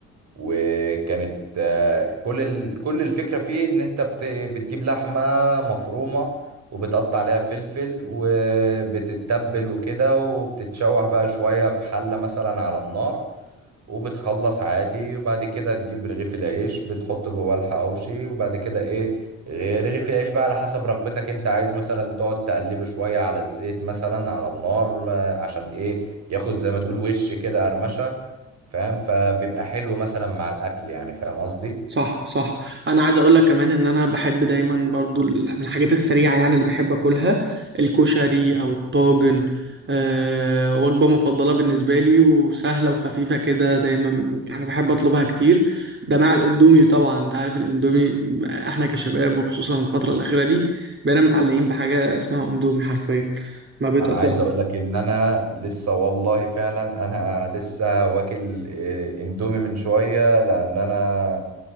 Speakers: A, on the right (about 60°); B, on the right (about 40°).
A: وكانت آه، كل ال... كل الفكرة فيه ان انت بت... بتجيب لحمة مفرومة وبتقطع عليها فلفل وبتتبل وكده وبتتشوح بقى شوية في حلة مثلا على النار وبتخلص عادي وبعد كده تجيب رغيف العيش بتحط جواه الحواوشي وبعد كده ايه غ- رغيف العيش بقى على حسب رغبتك انت عايز مثلا تقعد تقلبه شوية على الزيت مثلا على النار ما- عشان ايه ياخد زي ما تقول وش كده قرمشة فاهم فبيبقى حلو مثلا مع الاكل يعني فاهم قصدي
B: صح صح انا عايز اقول لك كمان ان انا بحب دايما برضو ال- من الحاجات السريعه يعني اللي بحب اكلها الكشري او الطاجن أه وجبه مفضله بالنسبه لي وسهله وخفيفه كده دايما يعني بحب اطلبها كتير ده مع الاندومي طبعا انت عارف الاندومي احنا كشباب وخصوصا الفتره الاخيره دي بقينا متعلقين بحاجه اسمها اندومي حرفيا ما بيتقطعش
A: انا عايز اقول لك ان انا لسه والله فعلا انا لسه واكل إيه، اندومي من شويه لان انا